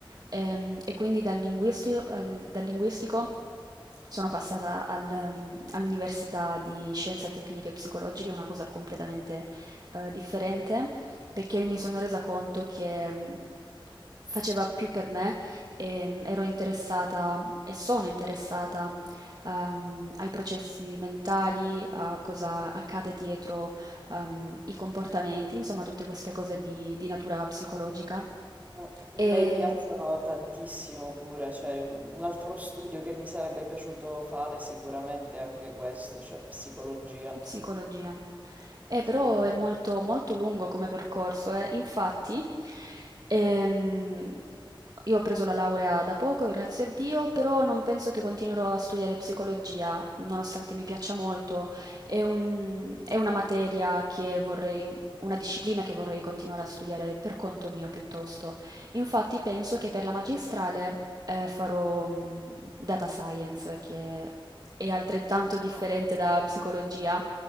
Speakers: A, on the right; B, on the right.
A: Ehm, e quindi dal linguisti- al- dal linguistico sono passata al, ehm, all'università di Scienze Tecniche e Psicologiche, una cosa completamente eh, differente,
B: Mhm.
A: perché mi sono resa conto che mh, faceva più per me, ehm, ero interessata e sono interessata ehm, ai processi mentali, a cosa accade dietro ehm, i comportamenti, insomma tutte queste cose di, di natura psicologica.
B: No, A
A: E
B: me piacciono tantissimo pure, cioè un altro studio che mi sarebbe piaciuto fare sicuramente è anche questo, cioè psicologia.
A: Psicologia. Eh,
B: Sì.
A: però è molto, molto lungo come percorso, eh. Infatti, ehm, io ho preso la laurea da poco, grazie a Dio, però non penso che continuerò a studiare psicologia, nonostante mi piaccia molto. È un- è una materia che vorrei, una disciplina che vorrei continuare a studiare per conto mio piuttosto. Infatti, penso che per la magistrale, eh, farò, mm, data science, che è altrettanto differente
B: Ah,
A: da psicologia